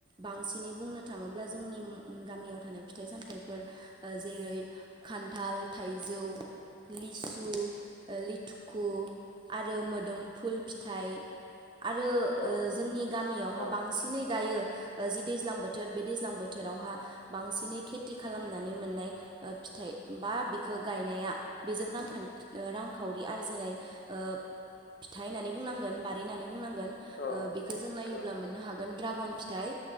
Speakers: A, on the right; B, on the left.
A: बांसिनै बुंनो थाङोब्ला जोंनि गामियाव थानाय फिथाइ सामथाइफोर जेरै खान्थाल थाइजौ लिसु लिथुखु आरो मोदोम फुल फिथाइ आरो
B: औ
A: ओ जोंनि गामियावहा
B: औ
A: बांसिनै दायो जि दैज्लां बोथोर बे दैज्लां बोथोरावहा बांसिनै खेथि खालामनानै मोननाय ओ फिथाइ बा बिखो गायनाया बेजों रांखान्थि रांखावरि आरजिनाय ओ फिथाइ होननानै बुंनांगोन बारि होननानै बुंनांगोन ओ
B: औ
A: बेखौ जों नायोब्ला मोननो
B: औ
A: हागोन ड्रागन फिथाइ